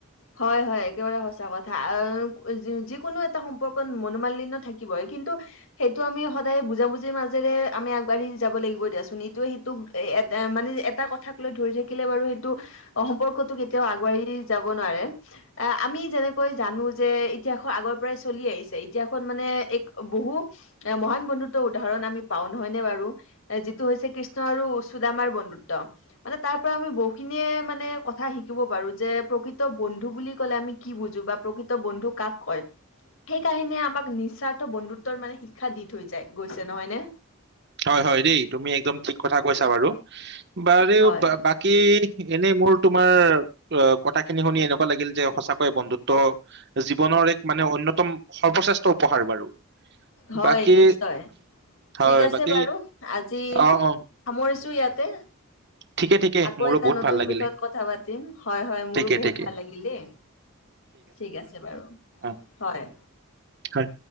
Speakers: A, on the left; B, on the right.
A: হয় হয় একেবাৰে সঁচা কথা আহ যিকোনো এটা সম্পৰ্কত মনোমালিন্য থাকিবই কিন্তু সেইটো আমি সদায় বুজাবুজিৰ মাজ মাজেৰে আগবাঢ়ি যাব লাগিব দিয়াচোন, ইটোৱে হিটোক এ মানে এটা কথাক লৈ ধৰি থাকিলে বাৰু সেইটো সম্পৰ্ তো কেতিয়াও আগুৱাই যাব নোৱাৰে। অ আমি যেনেকৈ জানো যে ইতিহাস আগৰ পৰাই চলি আহিছে ইতিহাসত মানে এক বহু এ মহান বন্ধুত্ব উদাহৰণ আমি পাও নহয় নে বাৰু যিটো হৈছে কৃষ্ণ আৰু সুদামাৰ বন্ধুত্ব, মানে তাৰ পৰা আমি বহুখিনিয়ে মানে কথা শিকিব পাৰো যে প্ৰকৃত বন্ ন্ধু বুলি ক'লে আমি কি বুজো বা প্ৰকৃত বন্ধু কাক কয় সেই কাহিনীয়ে আমাক নিস্বাৰ্থ বন্ধুত্বৰ মানে শিক্ষা দি থৈ যায় গৈছে নহয় নে।
B: হয়- হয় দেই তুমি একদম ঠিক কথা কৈছা বাৰু- বাৰু
A: হয়
B: বাকী- এনেই মোৰ তোমাৰ অ' কথাখিনি শুনি এনেকুৱা লাগিল, যে সঁচাকয় বন্ধুত্ব জীৱনৰ এক মানে অনয়তম সৰ্বশ্ৰেষ্ঠ উপহাৰ বাৰু।
A: হয়
B: বাকী
A: নিশ্চয়
B: হয়
A: ঠিক আছে।
B: বাকী
A: বাৰু আজি
B: অ অ
A: সামৰিছো, ইয়াত। তে।
B: ঠিকে ঠিকে
A: আকৌ
B: মোৰো
A: এটা
B: বহুত
A: নতুন
B: ভাল লাগিলে
A: বিষয়ত কথা পাতিম হয়, হয় মোৰো
B: ঠিকে
A: বহুত
B: ঠিকে
A: ভাল লাগিল দেই ঠিক আছে বাৰু
B: অ
A: হয়।
B: হয়